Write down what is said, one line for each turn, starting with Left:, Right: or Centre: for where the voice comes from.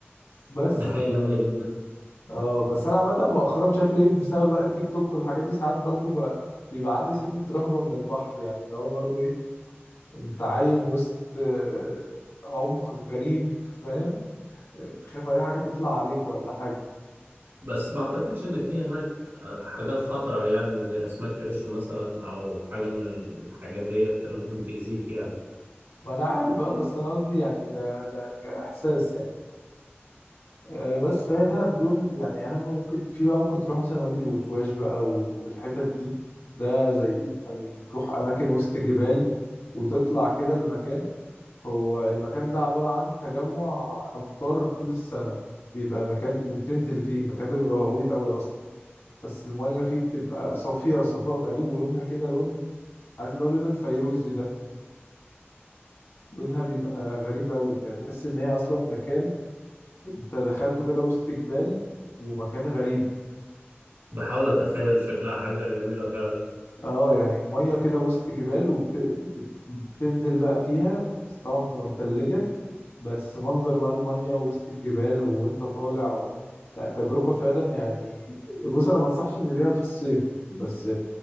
Left: بس
Right: دي حاجة
Left: ف...
Right: جميلة جدا
Left: اه بس انا عامه مؤخرا مش عارف ليه بسبب بقى التيك توك والحاجات دي ساعات برضه بقى بيبقى عندي سنة رهبة من البحر يعني اللي هو برضه ايه انت عايم وسط آه، عمق غريب فاهم تخاف اي حاجه تطلع عليك ولا حاجه
Right: بس ما اعتقدش ان في هناك حاجات خطر يعني زي اسماك قرش مثلا او حاجه من الحاجات ديت اللي ممكن تاذيك يعني
Left: ما انا عارف اه بس انا قصدي يعني ده ده كاحساس يعني آه، بس فهي دهب دول يعني اهم ممكن في بقى ممكن تروح مثلا وادي الوشواش بقى والحتت دي ده زي يعني بتروح اماكن وسط جبال وتطلع كده المكان هو المكان ده عبارة عن تجمع امطار طول السنة بيبقى مكان وبتنزل فيه المكان ده بيبقى غويط قوي اصلا بس المية فيه بتبقى صافية صفاء غريب ولونها كده لون عارف اللي هو لون الفيروزي ده لونها بيبقى غريب قوي يعني تحس ان هي اصلا مكان انت دخلته كده وسط جبال ومكان غريب
Right: بحاول
Left: ف
Right: اتخيل شكلها حاجه جميله فعلا
Left: اه يعني ميه كده وسط جبال وبتنزل بقى فيها بس طبعا بتبقى متلجة بس منظر بقى الميه وسط الجبال وانت طالع و... لا تجربة فعلا يعني بص انا ما انصحش ان بيها في الصيف بس